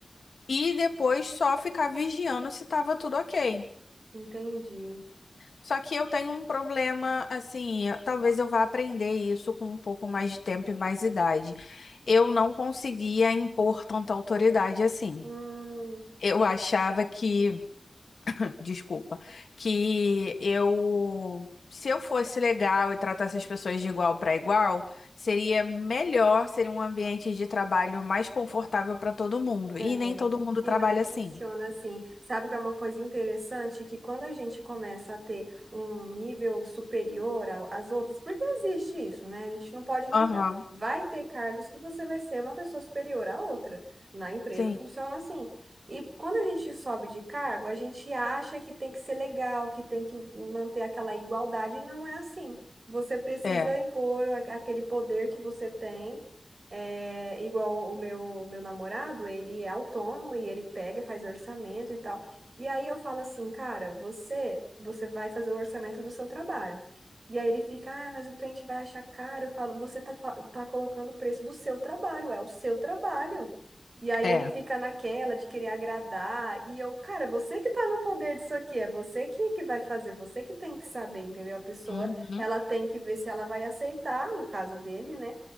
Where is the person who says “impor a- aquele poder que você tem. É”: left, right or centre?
Right